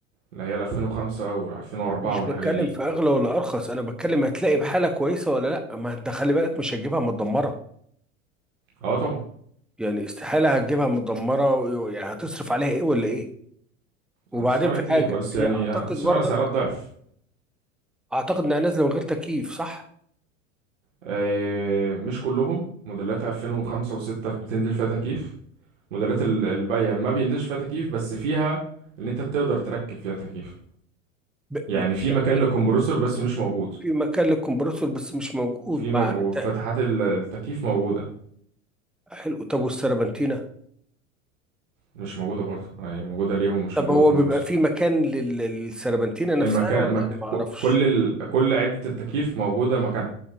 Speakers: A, on the right (about 70°); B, in the centre.
A: اللي هي ال 2005 وال 2004
B: مش
A: والحاجات
B: بتكلم
A: دي
B: في اغلى ولا ارخص انا بتكلم هتلاقي بحاله كويسه ولا لا ما انت خلي بالك مش هتجيبها متدمره
A: اه طبعا
B: يعني استحاله هتجيبها متدمره ويعني هتصرف عليها ايه ولا ايه وبعدين
A: هتصرف على
B: في
A: كتير
B: حاجه
A: بس
B: يعني
A: يعني
B: اعتقد
A: هتصرف
B: برضك
A: على سعرات ضعف
B: اعتقد انها نازله من غير تكييف صح
A: آه، مش كلهم موديلات 2005 و6 بتنزل فيها تكييف موديلات ال- الباقيه ما بينزلش فيها تكييف بس فيها ان انت تقدر تركب فيها تكييف
B: ب...
A: يعني
B: م-
A: في مكان
B: حلو
A: للكمبروسر بس مش موجود
B: في مكان للكمبرسور بس مش موجود
A: وفي مج...
B: مع
A: وفتحات
B: ت-
A: ال- التكييف موجودة
B: حلو طب والسربنتينه
A: مش موجودة برضه يعني موجودة ليه ومش
B: طب
A: موجودة
B: هو
A: الكمبروسر
B: بيبقى في مكان لل- للسربنتينه نفسها
A: المكان
B: ولا
A: مك...
B: انا ما اعرفش
A: ك- كل ال... كل عدة التكييف موجودة مكانها